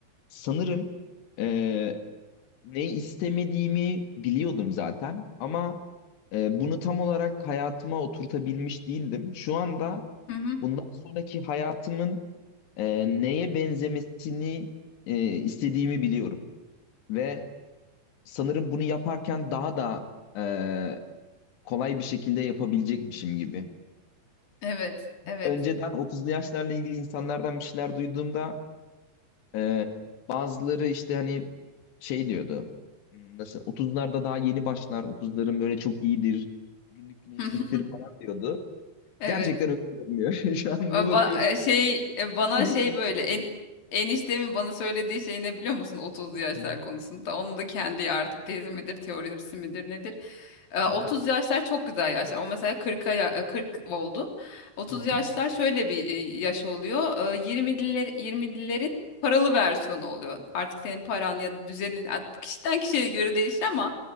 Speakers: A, on the left; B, on the left.
A: Sanırım e, ne istemediğimi biliyordum zaten ama e, bunu tam olarak hayatıma oturtabilmiş değildim. Şu anda
B: Hı hı.
A: bundan sonraki hayatımın e, neye benzemesini e, istediğimi biliyorum. Ve sanırım bunu yaparken daha da e, kolay bir şekilde yapabilecekmişim gibi.
B: Evet, evet.
A: önceden 30'lu yaşlarla ilgili insanlardan bir şeyler duyduğumda e, bazıları işte hani şey diyordu. "Hmm, Nasıl 30'larda daha yeni başlar, otuzların böyle çok iyidir, günlük güneşliktir
B: <laughs>
A: falan diyordu.
B: Evet.
A: Gerçekten öyle görünüyor. <laughs> Şu an
B: Ba
A: bir bakıyorum
B: ba- e, şey e, bana
A: güneşlik
B: şey böyle
A: her şey.
B: en eniştemin bana söylediği şey ne biliyor musun 30'lu yaşlar
A: Hı
B: konusunda. Onun da kendi artık tezi midir, teorisi midir nedir? E, 30
A: hı,
B: yaşlar çok güzel yaşlar. O mesela 40'a ya- e, 40 oldu. 30
A: hı hı,
B: yaşlar şöyle bir e, yaş oluyor. E, 20'liler 20'lilerin paralı versiyonu oluyor. Artık senin paran ya da düzenin a- kişiden kişiye göre değişir ama